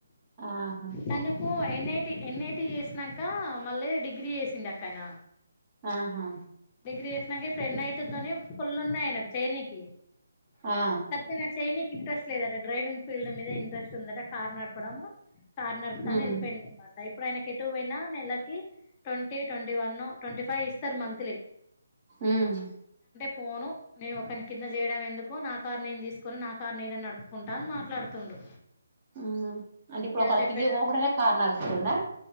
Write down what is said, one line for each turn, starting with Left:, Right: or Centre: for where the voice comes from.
Right: ఆహా
Left: తనకు ఎన్ ఐ టి ఎన్ఐటి చేసినాంక మళ్ళీ డిగ్రీ చేసిండు అక్క ఆయన
Right: ఆహా
Left: డిగ్రీ చేసినంకా పెళ్ళి అయితాదని పుల్ ఉన్నాయి ఆయనకు చేైనికి
Right: ఆ
Left: గట్లనే చేయినికి ఇంట్రెస్ట్ లేదట డ్రైవింగ్ ఫీల్డ్ మీద ఇంట్రెస్ట్ ఉందట కారు నడపడం కారు నడపుతా అని
Right: ఉమ్
Left: వెళ్ళిపోయిండు అనమాట ఇప్పుడు ఆయనకి ఏటూ పోయినా నెలకి twenty, twenty one twenty five ఇస్తారు మంత్లీ
Right: ఉమ్
Left: ఫోను నేను ఒకని కింద చేయడం ఎందుకు నా కారు నేను తీసుకొని నా కారు నేనే నడుపుకుంటా అని మాట్లాడుతుండు
Right: ఉమ్ అంటే
Left: ఇగ
Right: ఇప్పుడు ఒకళ
Left: చెప్పేట
Right: కిందికి పోకుండానే కార్ నడుపుతుండా